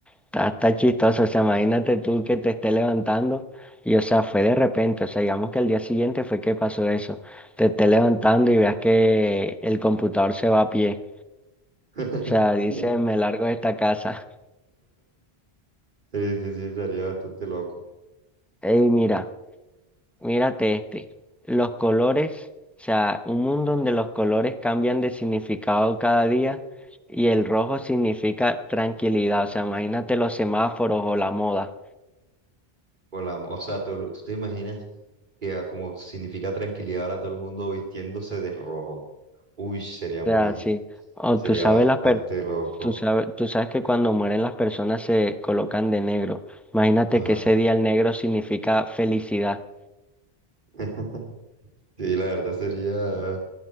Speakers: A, in the centre; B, on the right.
A: está, está chistoso. O sea, imagínate tú que te esté levantando. Y, o sea, fue de repente. O sea, digamos que el día siguiente fue que pasó eso. Te esté levantando y veas que el computador se va a pie.
B: <laughs>
A: O sea, dice, me largo de esta casa.
B: Sí, sí, sí, estaría bastante loco.
A: <laughs> Ey, mira. Mírate este, los colores, o sea, un mundo donde los colores cambian de significado cada día y el rojo significa tranquilidad, o sea, imagínate los semáforos o la moda,
B: O, la, mo- o sea, tú, tú te imaginas que ah, como significa tranquilidad ahora todo el mundo vistiéndose de rojo. Uy, sería
A: o
B: muy,
A: sea, sí,
B: dif-
A: o
B: sería
A: tú sabes
B: bastante
A: las per-
B: loco.
A: tú sabes, tú sabes que cuando mueren las personas se colocan de negro, imagínate
B: Ajá.
A: que ese día el negro significa felicidad.
B: <laughs> Sí, la verdad sería,